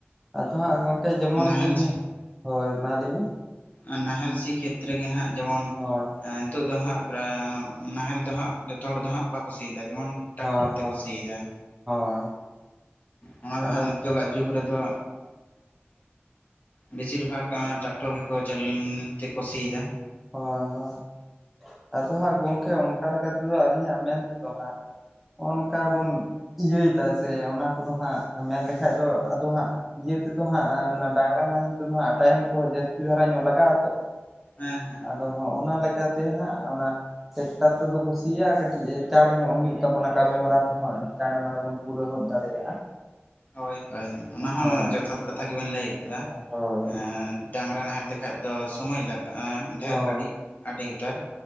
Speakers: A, in the centre; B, on the left (about 40°).
A: ᱟᱫᱚ ᱦᱟᱸᱜ ᱜᱚᱢᱠᱮ ᱡᱮᱢᱚᱱ
B: ᱱᱟᱦᱮᱞ
A: ᱞᱤᱧ ᱦᱳᱭ ᱮᱢᱟᱞᱤᱧᱵᱤᱱ᱾
B: ᱱᱟᱦᱮᱞ ᱥᱤ ᱠᱷᱮᱛᱨᱮ ᱜᱮ ᱦᱟᱸᱜ ᱡᱮᱢᱚᱱ,
A: ᱦᱳᱭ
B: ᱱᱤᱛᱚᱜ ᱫᱚ ᱦᱟᱸᱜ ᱱᱟᱦᱮᱞ ᱫᱚ ᱦᱟᱸᱜ ᱡᱚᱛᱚ ᱦᱚᱲ ᱫᱚ ᱦᱟᱸᱜ ᱵᱟ ᱠᱩᱥᱤᱭᱫᱟ ᱡᱮᱢᱚᱱ᱾ ᱴᱟᱠᱴᱚᱨ
A: ᱦᱳᱭ
B: ᱛᱮᱠᱚ
A: ᱦᱳᱭ
B: ᱥᱤᱭᱟ
A: ᱦᱳᱭ
B: ᱚᱱᱟ ᱫᱚ
A: ᱟᱫᱚ
B: ᱦᱟᱜ- ᱱᱤᱛᱚᱜᱟᱜ ᱡᱩᱜᱽ ᱨᱮᱫᱚ ᱵᱮᱥᱤᱨ ᱵᱷᱟᱜᱽ ᱴᱨᱟᱠᱴᱚᱨ ᱜᱮ- ᱠᱚ ᱪᱟᱞ ᱛᱮᱠᱚ ᱥᱤ ᱮᱫᱟ।
A: ᱦᱳᱭ ᱦᱳᱭ, ᱟᱫᱚ ᱦᱟᱸᱜ ᱜᱚᱢᱠᱮ ᱚᱱᱠᱟ ᱞᱮᱠᱟ ᱛᱮᱫᱚ, ᱟᱹᱞᱤᱧᱟᱜ ᱢᱮᱱ ᱛᱮᱫᱚ ᱦᱟᱸᱜ ᱼᱼ ᱦᱚᱸᱜᱼᱚ ᱱᱚᱝᱠᱟ ᱵᱚᱱ ᱤᱭᱟᱹᱭᱫᱟ ᱥᱮ। ᱚᱱᱟ ᱠᱚᱫᱚ ᱦᱟᱸᱜ ᱢᱮᱱ ᱞᱮᱠᱷᱟ ᱫᱚ, ᱟᱫᱚ ᱦᱟᱸᱜ ᱼᱼ ᱤᱭᱟᱹ ᱛᱮᱫᱚ ᱦᱟᱸᱜ, ᱚᱱᱟ ᱰᱟᱝᱨᱟ ᱱᱟᱦᱮᱞ ᱛᱮᱫᱚ ᱦᱟᱸᱜ, ᱴᱟᱭᱤᱢ ᱠᱚᱦᱚᱸ ᱡᱟᱹᱥᱛᱤ ᱫᱷᱟᱨᱟ ᱧᱚᱜ ᱞᱟᱜᱟᱜᱼᱟ ᱛᱚ।
B: ᱦᱮᱸ ᱦᱮᱸ
A: ᱟᱫᱚ ᱦᱚᱸᱜ ᱚᱱᱟ ᱞᱮᱠᱟᱛᱮ ᱦᱟᱸᱜ, ᱚᱱᱟ ᱼᱼ ᱴᱮᱠᱴᱟᱨ ᱛᱮᱫᱚ ᱠᱚ ᱥᱤᱭᱟ। ᱠᱟᱹᱴᱤᱡ ᱪᱟᱬᱮ ᱧᱚᱜ ᱦᱩᱭᱩᱜ ᱛᱟᱵᱚᱱᱟ᱾ ᱠᱟᱹᱢᱤ ᱦᱚᱨᱟ ᱠᱚᱦᱚᱸ। ᱪᱟᱬᱮ ᱢᱟᱲᱮ ᱵᱚᱱ ᱼᱼ ᱯᱩᱨᱟᱹᱣ ᱦᱚᱫ ᱫᱟᱲᱮᱭᱟᱜᱼᱟ।
B: ᱦᱳᱭ ᱦᱳᱭ, ᱚᱱᱟ ᱦᱚᱸ
A: ᱦᱳᱭ
B: ᱡᱚᱛᱷᱟᱛ ᱠᱟᱛᱷᱟ ᱜᱮᱵᱮᱱ ᱞᱟᱹᱭ ᱟᱠᱟᱫᱟ।
A: ᱦᱳᱭ
B: ᱮ ᱼᱼ ᱰᱟᱝᱨᱟ ᱱᱟᱦᱮᱞ ᱞᱮᱠᱷᱟᱡ ᱫᱚ ᱥᱳᱚᱢᱚᱭ ᱞᱟᱜᱼᱟ, ᱰᱷᱮᱨ
A: ᱦᱳᱭ
B: ᱜᱷᱟᱹᱲᱤᱡ, ᱟᱹᱰᱤ ᱩᱛᱟᱹᱨ।